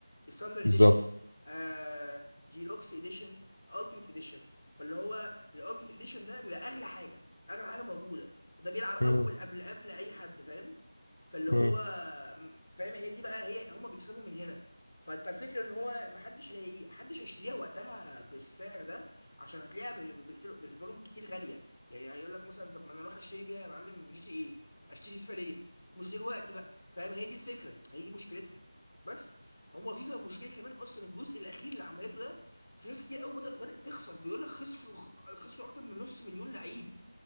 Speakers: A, on the left; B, on the left.
A: ستاندر
B: بالظبط
A: اديشن آه ديلوكس اديشن التيميت اديشن فاللي هو الالتيميت اديشن ده بيبقى اغلى حاجه اغلى حاجه موجوده ده بيلعب اول
B: مم.
A: قبل قبل اي حد فاهم فاللي هو
B: مم.
A: فاهم هي دي بقى هي هما بيكسبوا من هنا فانت الفكره ان هو محدش هي محدش هيشتريها وقتها بالسعر ده عشان هتلاقيها ب- بكتير- بالنسبه لهم كتير غاليه يعني هيقول لك مثلا طب ما انا اروح اشتري بيها يا معلم جي تي ايه اشتري فيفا ليه مش دلوقتي بقى فاهم هي دي الفكره هي دي مشكلتها بس هو فيفا مشكله كمان اصلا الجزء الاخير اللي عملته ده في ناس كتير قوي بدأ بدأت تخسر بيقول لك خسروا خسروا اكتر من نص مليون لعيب